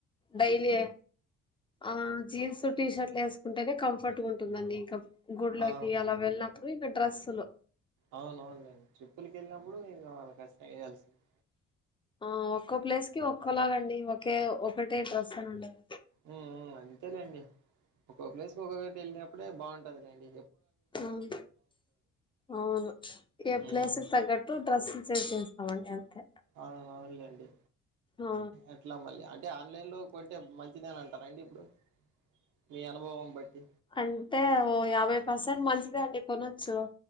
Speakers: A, on the left; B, on the right.
A: డైలీ ఆ జీన్స్ టీ షర్ట్ లు వేసుకుంటేనే కంఫర్ట్ గా ఉంటుందండి ఇంకా గుళ్ళకి
B: ఆ
A: అలా వెళ్ళిన ఇంకా డ్రెస్లులు
B: అవునవును ట్రిప్పులకి వెళ్ళినప్పుడు ఇంకా వాళ్ళ ఖచ్చితంగా ఎయ్యాల్సిందే
A: ఆ ఒక్కో ప్లేస్ కి ఒక్కోలాగ అండి ఒకే ఒకటే డ్రెస్సు ఉండలు
B: ఉమ్ ఉమ్ అంతేలేండి ఒక్కో ప్లేస్ కి ఒక్కేటి వెళ్ళినప్పుడే బాగుంటది లేండి
A: అవును అవును ఏ
B: ఉమ్
A: ప్లేస్కి తగ్గట్టు డ్రెస్సు చేంజ్ చేస్త అవా డ్ న్ని అంతే
B: ఆ మావుల్గ అండి
A: ఆ
B: ఎట్లా మళ్ళీ అంటే ఆన్లైన్ లో కొంటే మంచిదేనంటా రాండి ఇప్పుడు మీ అనుభవం బట్టి
A: అంటే ఓ యాభై పర్సెంట్ మంచిదే అండి కొనొచ్చు